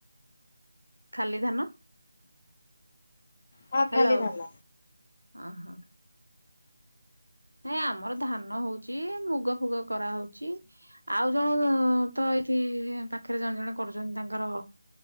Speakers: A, on the right; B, on the left.
A: ଖାଲି ଧାନ
B: ହଁ ଖାଲି
A: ହାଲୋ,
B: ଧାନ।
A: ଅଁ-ହଁ। ନାଇଁ ଆମର ଧାନ ହଉଚି, ମୁଗ ଫୁଗ କରାହଉଚି। ଆଉ ଜଣ ତ ଏଇଠି ପାଖରେ ଜଣେ ଜଣେ କରୁଚନ୍ତି ତାଙ୍କର